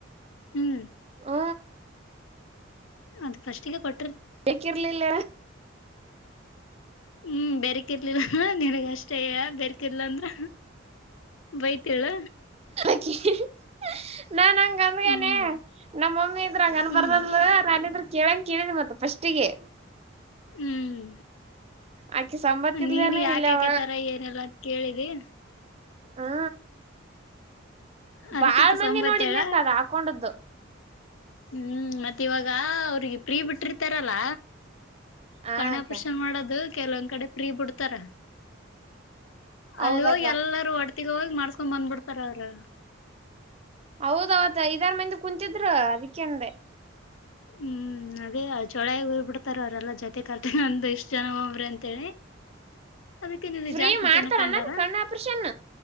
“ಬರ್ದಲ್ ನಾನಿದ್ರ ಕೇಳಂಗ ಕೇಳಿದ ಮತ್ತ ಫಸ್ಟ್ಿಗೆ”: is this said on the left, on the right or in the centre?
Right